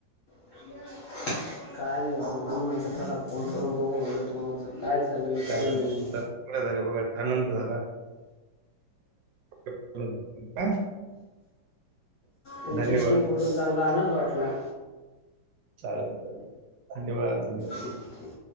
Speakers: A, on the left; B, on the right.
A: <inaudible> काय नाही बाबा म्हणून म्हणलं चला फोन करून बघू तुम्हाला काय चालू आहे?
B: <unintelligible>
A: काय नाही
B: आनंद झाला. <unintelligible>
A: तुमच्याशी
B: धन्यवाद चालेल
A: बोलून चांगला आनंद वाटला.
B: चालेल.. चालेल.. धन्यवाद.. धन्यवाद..
A: ठीक ठीक